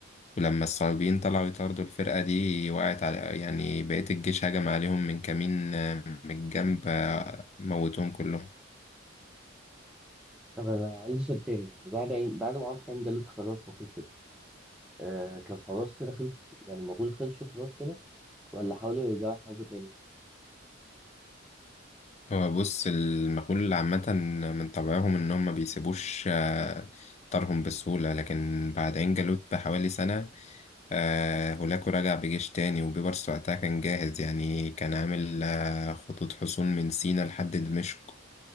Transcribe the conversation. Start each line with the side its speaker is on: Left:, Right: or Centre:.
Left: ولما الصليبيين طلعوا يطاردوا الفرقة دي وقعت على يعني بقية الجيش هجم عليهم من كمين آه، من الجنب آه، موتوهم كلهم
Centre: طب انا عندي سؤال تاني يعني بعد عين- بعد ما عقد عين جالوت خلاص وخلصت آه كان خلاص كده خلص يعني المغول خلصوا خلاص كده ولا حاولوا يرجعوا يحاربوا تاني
Left: هو بص المغول عامة من طبعهم إنهم ما بيسيبوش آه، طارهم بسهولة لكن بعد عين جالوت بحوالي سنة آه، هولاكو رجع بجيش تاني وبيبرس وقتها كان جاهز يعني كان عامل آه، خطوط حصون من سينا لحد دمشق